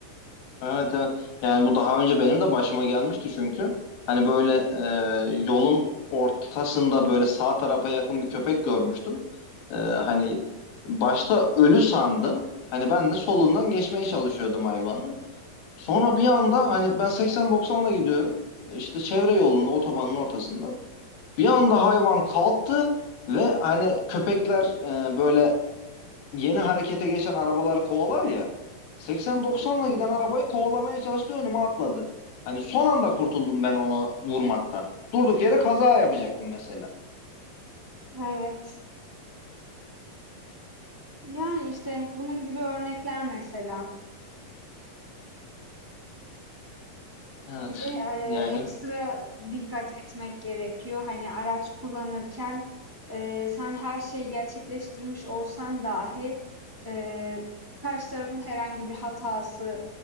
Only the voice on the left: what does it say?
Evet evet. Yani bu daha önce benim de başıma gelmişti çünkü. Hani böyle e, yolun ortasında böyle sağ tarafa yakın bir köpek görmüştüm. E, hani başta ölü sandım. Hani ben de solundan geçmeye çalışıyordum hayvanı. Sonra bir anda hani ben 80-90'la gidiyorum. İşte çevre yolunda, otobanın ortasında. Bir anda hayvan kalktı ve hani köpekler e, böyle yeni harekete geçen arabaları kovalar ya. 80-90'la
giden arabayı kovalamaya çalıştı önüme atladı. Hani son anda kurtuldum ben onu vurmaktan. Durduk yere kaza yapacaktım
mesela.
Evet.
Yani